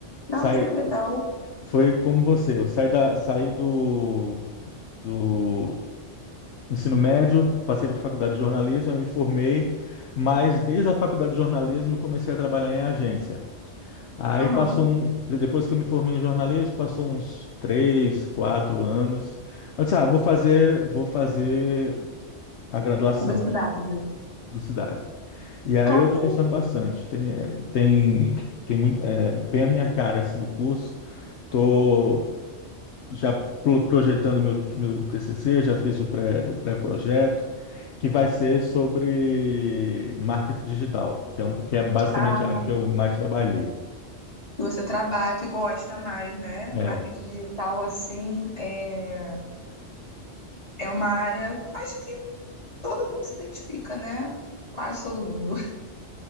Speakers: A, on the left; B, on the left.
A: Nossa,
B: sai,
A: que legal.
B: foi como você. Eu saí da, saí do, do ensino médio, passei para a faculdade de jornalismo, aí me formei, mas desde a faculdade de jornalismo eu comecei a trabalhar em agência. Aí
A: Aham.
B: passou um, depois que eu me formei em jornalismo, passou uns três, quatro anos. Eu disse, ah, vou fazer, vou fazer a graduação.
A: Publicidade.
B: publicidade. E aí
A: Ah,
B: eu estou
A: que
B: gostando
A: legal.
B: bastante. Tem, é, tem, tem muito, é, bem a minha cara assim o curso. Estou já pro- projetando meu meu TCC, já fiz o pré o pré-projeto, que vai ser sobre marketing digital, que é uma, que é basicamente
A: Ah,
B: a área que eu mais trabalhei.
A: você trabalha, que gosta mais, né?
B: É,
A: Marketing digital, assim, é, é uma área, acho que todo mundo se identifica, né? Quase todo mundo. <laughs>